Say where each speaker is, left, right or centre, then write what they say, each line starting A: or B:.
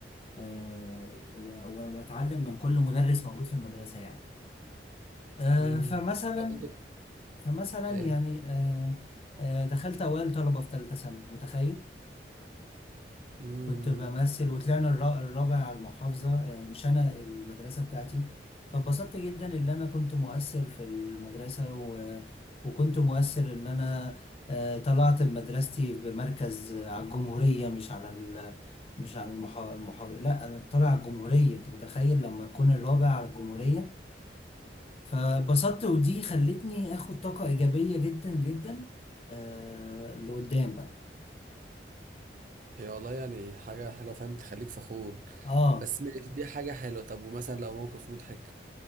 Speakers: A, on the left; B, on the right.
A: آه، و- و- واتعلم من كل مدرس موجود في المدرسة يعني آه،
B: امم
A: فمثلا
B: آه، انت
A: فمثلا
B: ايه
A: يعني آه، آه، دخلت اوائل طلبة في تالتة ثانوي متخيل
B: امم
A: كنت بمثل وطلعنا الرا- الرابع على المحافظة يعني مش أنا المدرسة بتاعتي فاتبسطت جدا إن أنا كنت مؤثر في المدرسة و... وكنت مؤثر إن أنا آه، طلعت مدرستي بمركز على الجمهورية مش على ال... مش على المحا... المحافظة لا أنا طالع على الجمهورية أنت متخيل لما أكون الرابع على الجمهورية فبسطت ودي خلتني آخد طاقة إيجابية جدا جدا آه لقدام بقى
B: هي والله يعني حاجه حلوه فاهم تخليك فخور
A: اه
B: بس ماشي، دي حاجه حلوه طب ومثلا لو موقف مضحك